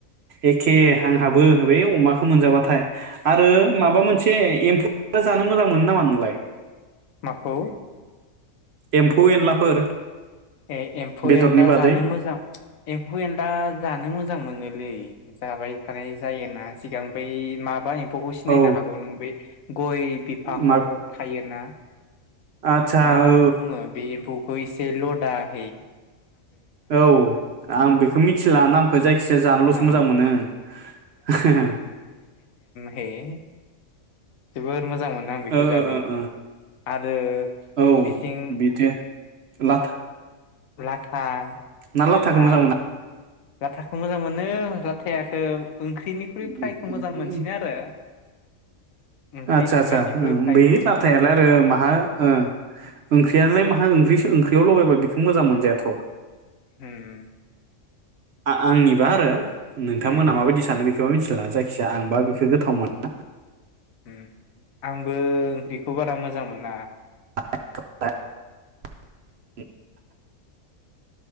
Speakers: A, on the right (about 65°); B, on the left (about 75°).
A: एखे आंहाबो बे अमाखौ मोनजाबाथाय
B: उम
A: आरो माबा मोनसे एम्फु जानो मोजां मोनो नामा नोंलाय?
B: माखौ?
A: एम्फौ एनलाफोर।
B: ए एम्फौ
A: बेदरनि
B: एनला
A: बादै
B: जानो मोजां एम्फौ एनला जानो मोजां मोनो लै जाबाय थानाय जायोना सिगां बै माबा एम फौबखौ सिनायनो
A: औ
B: हागौ नों बै गय बिफाङाव
A: मा
B: थायोना
A: आदसा
B: मा
A: औ
B: बुङो बे एम्फौखौ एसे लद <inaudible>
A: औ आं बेखौ मिथिला नामखौ जायखिजाया जानल'सो
B: ओ
A: मोजां मोनो आङो।
B: हे। जोबोर मोजां मोनो आं बेखौ
A: ओ
B: जानो
A: ओ ओ
B: आरो
A: ओ औ
B: बिथिं
A: बिदि लाथा
B: लाथा
A: ना
B: लाथा
A: लाथाखौ मोजां मोना
B: लाथाखौ मोजां मोनो लाथायाखौ ओंख्रिनिख्रुइ फ्रायखौ
A: ओम ओम
B: मोजां मोनसिनो
A: ओम
B: आरो ओंख्रि
A: आदसा
B: संनायनिख्रुइ
A: आदसा ओ
B: फ्रायखौ
A: बै लाथायालाय आरो माहा ओ ओंख्रियाालाय माहा ओंख्रि ओंख्रियाव लगायबा बेखौ मोजां मोनजायाथ'
B: ओम।
A: आ-आंनिबा आरो नोंथांमोना
B: उम उम
A: माबायदि सानो बे बेखौ मिथिला जायखिजाया आंबा बेखौ गोथाव मोना।
B: ओम आंबो ओंख्रि खौ बारा मोजां मोना
A: <unintelligible>